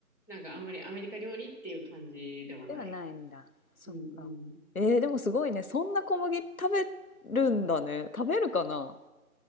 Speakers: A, on the left; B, on the left.
A: なんかあんまりアメリカ料理っていう感じではないかな。
B: ではないんだ。そっか。
A: うんうん。
B: えー、でもすごいね。そんな小麦食べるんだね。食べるかな